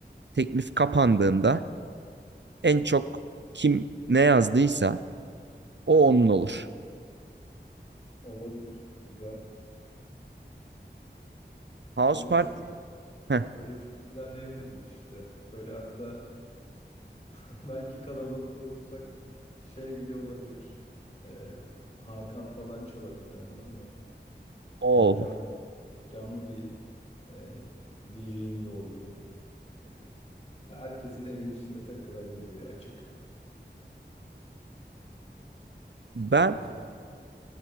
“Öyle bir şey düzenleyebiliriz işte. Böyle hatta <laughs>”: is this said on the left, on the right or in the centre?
Left